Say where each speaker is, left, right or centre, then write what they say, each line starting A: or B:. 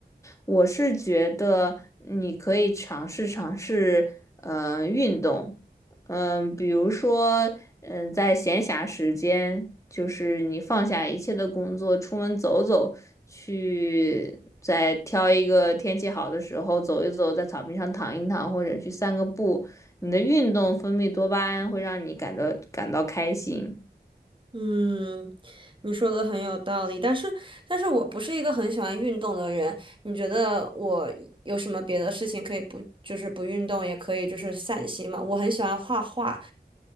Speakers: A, on the left (about 15°); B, on the right (about 30°).
A: 我是觉得你可以尝试尝试，嗯、运动，嗯、比如说，嗯、在闲暇时间，就是你放下一切的工作，出门走走，去再挑一个天气好的时候走一走，在草坪上躺一躺，或者去散个步，你的运动分泌多巴胺会让你感到感到开心。
B: 嗯，你说的很有道理，但是，但是我不是一个很喜欢运动的人。你觉得我有什么别的事情可以不，就是不运动也可以，就是散心嘛？我很喜欢画画，